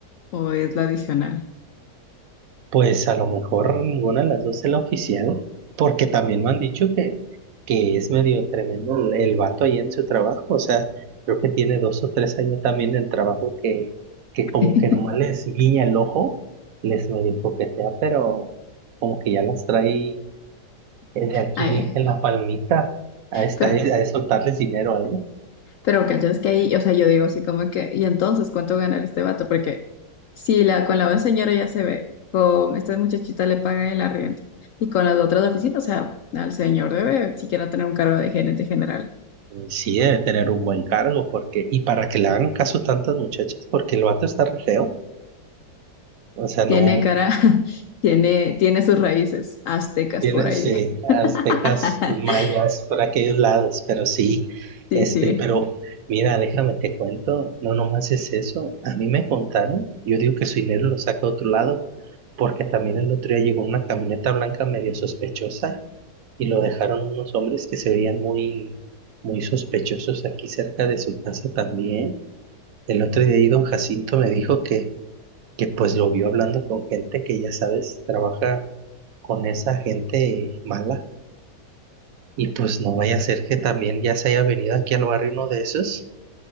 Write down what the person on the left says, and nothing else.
o es la adicional?
<laughs>
Ay,
pero,
pero cachas que ahí, o sea, yo digo así como que, ¿y entonces cuánto ganará este vato? Porque si la, con la buena señora ya se ve, con esta muchachita le pagan el arriendo, y con las otras oficinas, o sea, al señor debe siquiera tener un cargo de gerente general.
Tiene
cara, <laughs> tiene, tiene sus raíces aztecas
por ahí.
<laughs>
Sí,
sí.